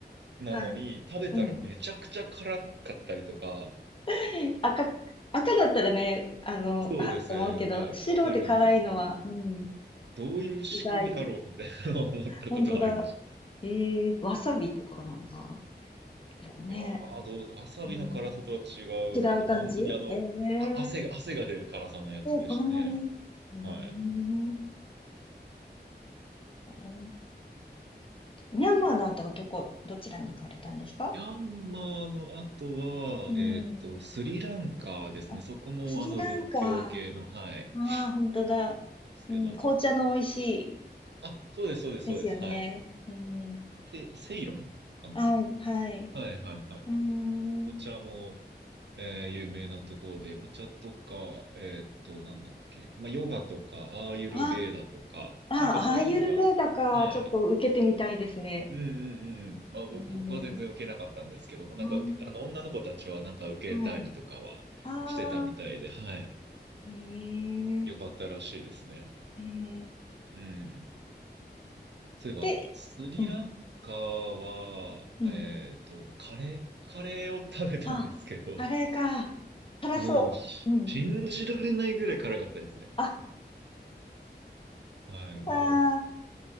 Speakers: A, on the right; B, on the left.
A: なのに食べたらめちゃくちゃ辛かったりとか、
B: はい。うん。<laughs> 赤、赤だったらね、あの、
A: そうですね。
B: あ、と思うけど、
A: はい。
B: 白で辛いのは、
A: わかるんですけど、
B: うん、
A: どういう仕組みだろうみたいなのを思ったことはありました。
B: 意外。本当だ。ええわさびとかなのかな。ね。
A: いやー、どう、わさびの辛さとは違う。
B: うん。違う感じえええ
A: また、もう本当にあの、あ、汗が、
B: ー
A: 汗が出る辛さのやつでしたね。
B: そんなに。うーん。
A: はい。
B: ええミャンマーの後はどこ、どちらに行かれたんですか
A: ミャンマーの後は、
B: うん。
A: えーっと、スリランカですね。
B: あスリランカ。
A: そこもあの仏教系の、
B: あ
A: はい、
B: あ、本当だ。
A: とこなんですけども。
B: うん、紅茶の美味しい
A: あ、そうです、そうです、
B: ですよね。
A: そうです。はい。
B: うん、
A: セ、セイロンかな
B: はい、はい。
A: はい、はい、はい。
B: うーん、
A: お茶も、えー有名なところで、お茶とか、えーっと、なんだっけ、まあ、ヨガとか、アーユルベーダとか、
B: ああ、ああ、
A: なんかそういうのが、
B: アーユルヴェーダか。
A: はい。
B: ちょっと受けてみたいですね。
A: うんうんうんうん。まあ、ぼ僕は全然受けなかったんですけども、
B: うん、
A: なんか受け、
B: あ
A: あの、女の子たちはなんか受けたりとかはしてたみたいで、
B: あ、はい。ああ、
A: はい。
B: ええ、
A: よかったらしいですね。
B: ええ。
A: うん。そういえば、
B: で、
A: スリランカは、
B: うん、うん。
A: えっと、カレー、カレーを食べたんですけど、
B: あ、あれか。辛そう。
A: もう、し信じられないぐらい辛かったですね。
B: うん。あ、
A: はい、もう、
B: ああ、